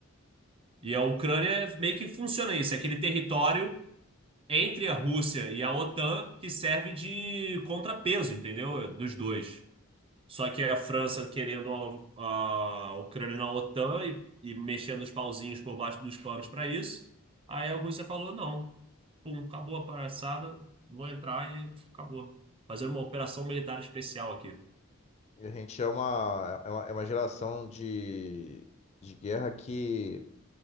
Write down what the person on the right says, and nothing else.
E a Ucrânia meio que funciona isso, é aquele território entre a Rússia e a OTAN que serve de contrapeso, entendeu? Dos dois. Só que a França querendo a, a Ucrânia na OTAN e, e mexendo os pauzinhos por baixo dos panos para isso. Aí a Rússia falou: não, pum, acabou a palhaçada, vou entrar e acabou. Fazendo uma operação militar especial aqui.